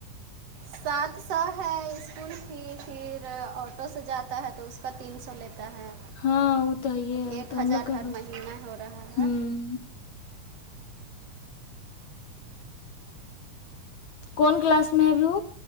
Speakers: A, on the right; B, on the left.
A: سات سو ہے اسکول کی پھر آٹو سے جاتا ہے تو اس کا تین سو لیتا ہے
B: ہاں وہ تو یہ ہے وہ
A: ایک
B: تو
A: ہزار
B: ہم لوگ کا
A: ہر مہینہ ہو رہا
B: ہوں
A: ہے
B: کون کلاس میں ہےبو